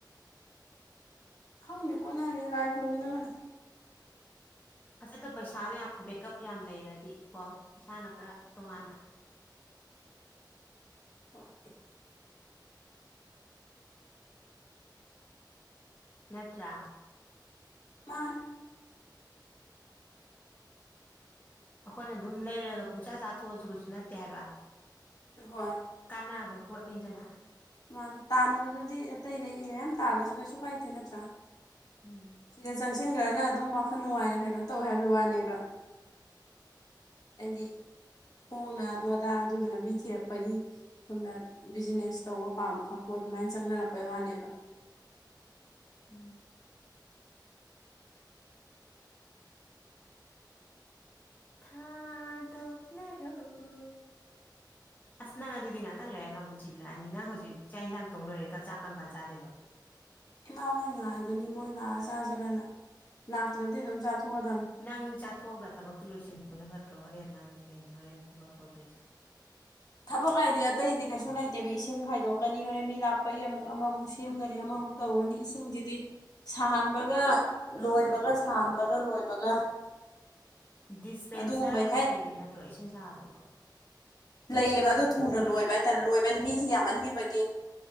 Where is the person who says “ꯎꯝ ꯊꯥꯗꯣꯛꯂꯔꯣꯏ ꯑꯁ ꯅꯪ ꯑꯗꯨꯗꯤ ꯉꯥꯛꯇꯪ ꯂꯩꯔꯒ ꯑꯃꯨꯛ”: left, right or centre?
Left